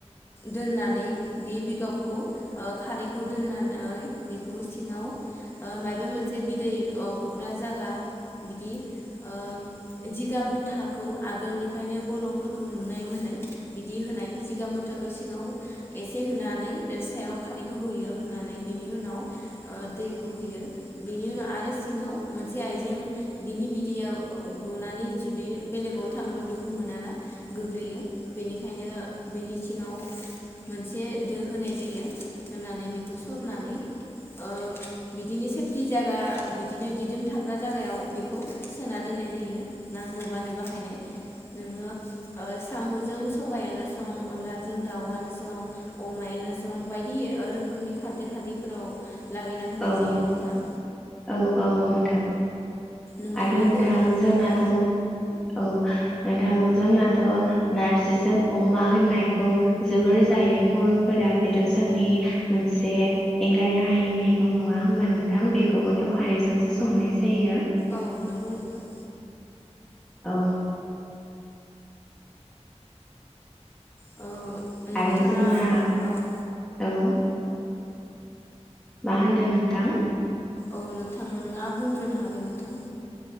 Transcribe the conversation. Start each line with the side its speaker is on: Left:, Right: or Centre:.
Left: दोननानै बेबि गावखौ ओ खारैखौ दोननानै खौ सिङाव ओ माइबा मोनसे बिदै अ गग्रा जा गा बिदि ओ जिगाब मुथाखौ आगोलनिफायनो बर'फोरखौ नुनाय मोनो बिदि होनाय जिगाब मुथाखो सिङाव एस <inaudible> खारैखौ होयो होनानै बिनि उनाव ओ दै गहोयो बिनि उनाव आरो सिङाव मोनसे आइजें बिनि बिदैयाव गनानै जुदि बेलेगाव थाङोबा बे मोनाना गोग्लैयो बेनिखायनो बेनि सिङाव मोनसे दो होनाय जायो होननानै बेखौ सरनानै ओ बिदिनो सेफटि जागा बिदिनो दिदोम था जागायाव बेखौ सोना दोननाय जायो नांगौबानो बाहायनाया नोङो ओ सामुजों सबायानो सं अनलाजों दावानो सं अमायानो जों बायदि ओ रोखोमनि खारदै खारदैफोराव लागायना होनाय
Centre: औ
Left: जायो नोंथां
Centre: औ औ नोंथां
Left: नोंथाङाबो
Centre: आरो नोंथां
Left: औ
Centre: जोंनाथ'
Left: औ
Centre: औ नोंथां जोंनाथ' नारजिजों अमा होननायखौ जोबोर जायो बर'फोरा बेथ' जोंनि मोनसे एंगारनो हायि मैगं नङा होमबा नोंथां बेखौबोथ' खारैजोंसो संनाय जायो
Left: औ नोंगौ नोंथां
Centre: औ
Left: औ नोंथाङा
Centre: आरो जोंना
Left: औ
Centre: औ मा होनदों नोंथां
Left: औ नोंथाङा बुंग्रोनो हागोन नोंथां